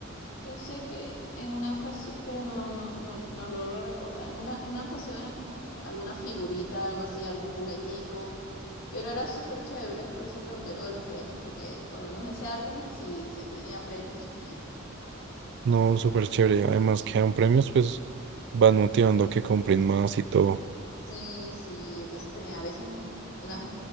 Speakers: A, on the left; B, on the right.
A: Yo sé que en una ocasión, pero no, no, no, no logro recordar. En una, una ocasión eran como alguna figurita, algo así, algún juguetico, pero era súper chévere, por eso pregunté lo de los premios, porque por lo menos ese álbum sí, se tenía premios.
B: No, súper chévere. Además que dan premios, pues van motivando a que compren más y todo.
A: Sí, sí, entonces tenía a veces un- unas,